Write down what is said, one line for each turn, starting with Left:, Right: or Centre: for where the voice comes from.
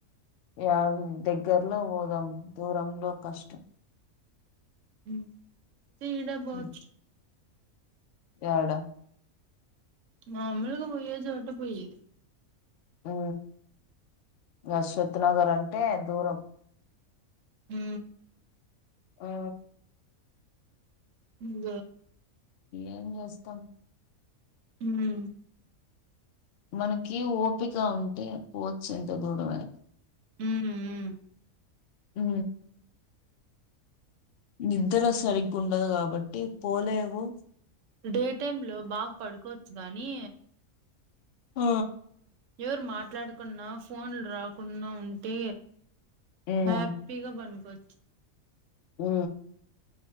Left: య దగ్గరలో పోదాం దూరంలో కష్టం
Right: మ్ తీడా బోతు
Left: ఉమ్. యాడ
Right: మాములుగా పోయి చోట పోయి
Left: ఉ అశ్వథ నగర్ అంటే దూరం
Right: మ్
Left: ఆ
Right: ఇంగ
Left: ఏం చేస్తాం
Right: మ్
Left: మనకి ఓపిక ఉంటే పోవచ్చు ఎంత దూరం గాని
Right: మ్ మ్
Left: ఉ నిద్ర సరిగ్ ఉండదు కాబట్టి పోలేవు
Right: డే టైమ్ లో బాగా పడుకోవచ్చు గానీ
Left: ఆ
Right: ఎవరు మాట్లాడు కున్నా ఫోన్ రావ్ కున్న ఉంటే
Left: ఉమ్,
Right: హాపీగా బన్కో
Left: ఊ